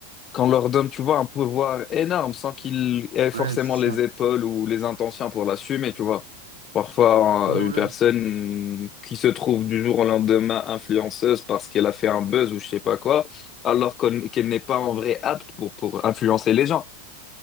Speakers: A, on the left; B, on the right.
A: qu'on leur donne, tu vois, un pouvoir énorme sans qu'ils aient forcément
B: Ouais, c'est
A: les
B: ça.
A: épaules ou les intentions pour l'assumer, tu vois. Parfois,
B: Ouais,
A: euh, une personne
B: ouais.
A: qui se trouve du jour au lendemain influenceuse parce qu'elle a fait un buzz ou je sais pas quoi, alors qu'on- qu'elle n'est pas en vrai apte pour, pour influencer les gens.